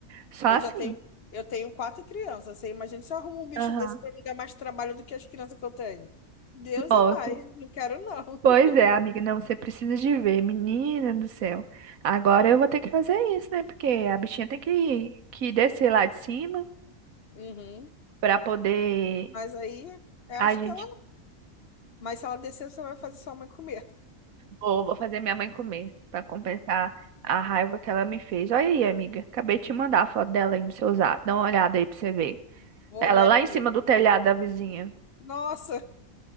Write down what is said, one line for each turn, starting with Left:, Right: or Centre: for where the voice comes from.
Right: Só
Left: Eu
Right: assim.
Left: já tenho, eu tenho quatro crianças. Você imagina se eu arrumo um bicho
Right: Aham.
Left: desse pra me dar mais trabalho do que as crianças que eu tenho. Deus
Right: Gosto.
Left: é mais, não quero não.
Right: Pois
Left: <laughs>
Right: é, amiga, não, você precisa de ver, menina do céu. Agora eu vou ter que fazer isso, né? Porque a bichinha tem que, que descer lá de cima
Left: Uhum.
Right: para poder
Left: Mas aí, eu
Right: a
Left: acho
Right: gente.
Left: que ela. Mas se ela descer, você vai fazer sua mãe comer.
Right: Vou, vou fazer minha mãe comer para compensar a raiva que ela me fez. Olha aí, amiga, acabei de te mandar a foto dela aí no seu zap. Dá uma olhada aí pra você ver.
Left: Vou
Right: Ela
Left: olhar
Right: lá
Left: aqui.
Right: em cima do telhado da vizinha.
Left: Nossa,